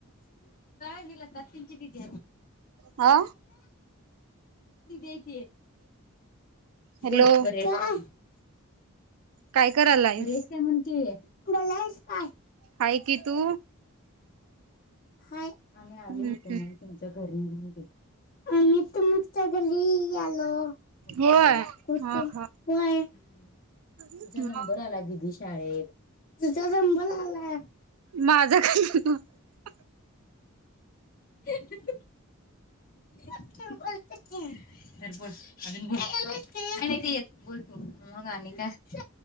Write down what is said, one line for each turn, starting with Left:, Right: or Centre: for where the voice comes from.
Left: ग लता आत्तीची दिदी
Right: हा
Left: हाय ती
Right: हॅलो
Left: बोल बरी हायस, का?
Right: काय करायलायस?
Left: बरी आहेस काय म्हण कि, बरी आहेस काय?
Right: हाय की तू,
Left: हाय, आणि
Right: हम्म
Left: आलो होतो,
Right: हम्म
Left: मग तुमच्यात घरी येऊन गेलतो आम्ही तुम्हच्या घरी आलो होतो
Right: होय
Left: होतो
Right: हा हा
Left: व्हय तुझा
Right: मग
Left: नंबर आला दिदीश शाळेेत तुझ्या नंबर आला हा
Right: माझा ख <unintelligible>
Left: <unintelligible> बोलते धर बोल अजून बोल आणि ते येत बोलत मग आणि काय